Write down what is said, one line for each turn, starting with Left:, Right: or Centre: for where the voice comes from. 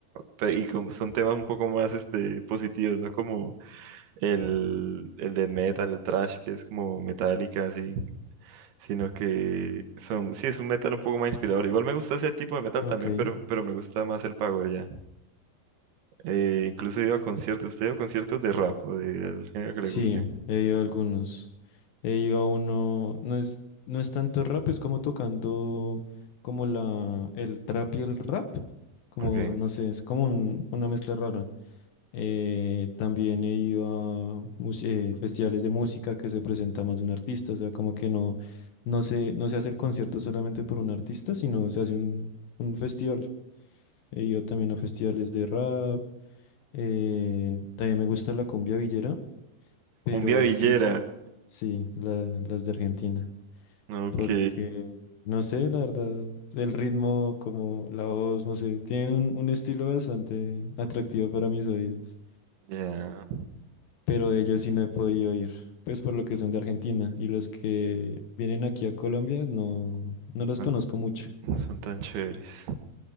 Right: pe- y como son temas un poco más este positivos, ¿no? Como el, el de metal, el thrash que es como metálica así, sino que son sí es un metal un poco más inspirador. Igual me gusta ese tipo de metal
Left: Ok.
Right: también, pero pero me gusta más el power ya. Eh, incluso iba a conciertos, usted iba a conciertos de rap o del género que le
Left: Sí,
Right: guste.
Left: he ido a algunos. He ido a uno, no es, no es tanto rap, es como tocando como la, el trap y el rap. Como,
Right: Ok.
Left: no sé, es como un- una mezcla rara. Eh, también he ido a mus- eh, festivales de música que se presenta más de un artista, o sea, como que no, no se, no se hace el concierto solamente por un artista, sino se hace un, un festival. He ido también a festivales de rap, eh, también me gusta la cumbia villera, pero
Right: Cumbia villera.
Left: siento Sí, la- las de Argentina.
Right: Ok.
Left: Porque, no sé, la verdad, el ritmo, como la voz, no sé, tienen un, un estilo bastante atractivo para mis oídos.
Right: Ya.
Left: Pero de ellos sí no he podido oír, pues por lo que son de Argentina. Y los que vienen aquí a Colombia no, no los
Right: No,
Left: conozco mucho.
Right: no son tan chéveres.